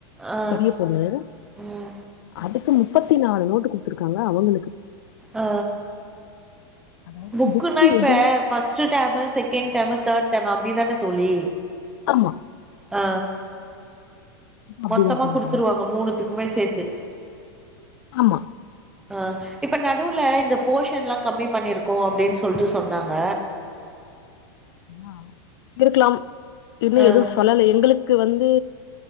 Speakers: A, in the centre; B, on the left.
A: ஆ
B: பெரிய பொண்ணு
A: ம்
B: அது த்தோ முப்பத்தி நாலு நோட்டு குடுத்துருக்காங்க அவுங்களுக்கு
A: ஆ
B: அதாவது
A: புக்குன்னா
B: புக்கு
A: இப்ப
B: எதுவுமே
A: first term second term third term அப்பிடி தானே தோழி
B: ஆமா
A: ஆ
B: அப்டிதா
A: மொத்தமா
B: பண்ணிட்டாங்க
A: குடுத்துருவாங்க மூணுத்துக்குமே சேத்து
B: ஆமா
A: ஆ இப்ப நடுவுல இந்த போர்ஷன் எல்லா கம்மி பண்ணியிருக்கோ அப்டின்னு சொல்ட்டு சொன்னாங்க
B: ஆ இருக்கலாம் இன்னு
A: ஆ
B: எதுவு சொல்லல எங்களுக் கு வந்து